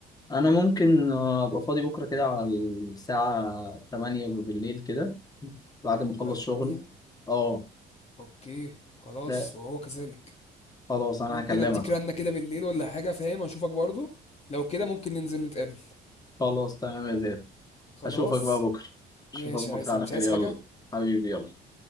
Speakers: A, on the left; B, on the left.
A: انا ممكن آه، ابقى فاضي بكره كده على الساعه 8 بالليل كده بعد
B: بكره
A: ما اخلص
B: 8
A: شغل اه
B: اوكي خلاص
A: لا،
B: وهو كذلك
A: خلاص انا
B: ممكن
A: هكلمك
B: اديك
A: بقى.
B: رنه كده بالليل ولا حاجه فاهم اشوفك برضو لو كده ممكن ننزل نتقابل
A: خلاص تمام يا زياد
B: خلاص
A: اشوفك بقى بكره
B: ماشي
A: اشوفك بكره
B: يا هيثم
A: على
B: مش
A: خير
B: عايز
A: يلا
B: حاجه
A: حبيبي يلا